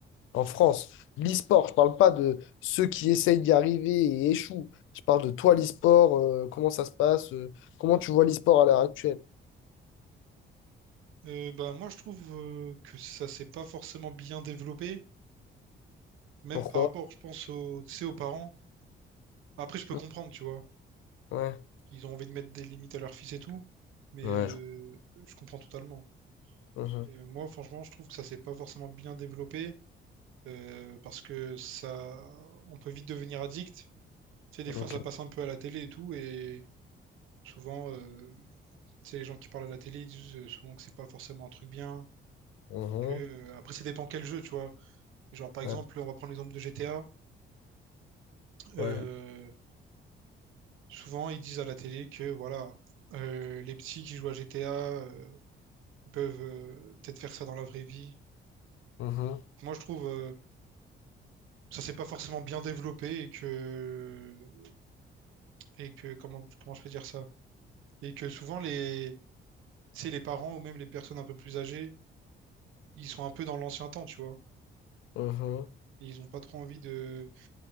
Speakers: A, on the left; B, on the right.
A: en France, l'e-sport, je parle pas de ceux qui essayent d'y arriver et échouent. Je parle de toi, l'e-sport, euh, comment ça se passe, euh, comment tu vois l'e-sport à l'heure actuelle?
B: euh, bah, moi, je trouve euh, que ça s'est pas forcément bien développé, même
A: Pourquoi?
B: par rapport, je pense, aux, tu sais, aux parents. Après, je peux
A: Mm,
B: comprendre, tu vois.
A: Ouais,
B: Ils ont envie de mettre des limites à leur fils et tout, mais
A: ouais,
B: euh,
A: je-
B: je comprends totalement.
A: Mhm,
B: Et, euh, moi, franchement, je trouve que ça s'est pas forcément bien développé euh, parce que ça, on peut vite devenir addict. Tu sais, des
A: ok.
B: fois, ça passe un peu à la télé et tout, et souvent, euh, tu sais, les gens qui parlent à la télé, ils disent euh, souvent que c'est pas forcément un truc bien.
A: Mhm,
B: Que, euh, après, ça dépend quel jeu, tu vois. Genre, par exemple,
A: ouais,
B: on va prendre l'exemple de GTA. Euh,
A: ouais,
B: souvent, ils disent à la télé que voilà, euh, les petits qui jouent à GTA. Ils peuvent euh, peut-être faire ça dans la vraie vie.
A: mhm,
B: Moi, je trouve euh, ça s'est pas forcément bien développé et que et que comment comment je peux dire ça? Et que souvent les tu sais, les parents ou même les personnes un peu plus âgées, ils sont un peu dans l'ancien temps, tu vois.
A: mhm.
B: Ils ont pas trop envie de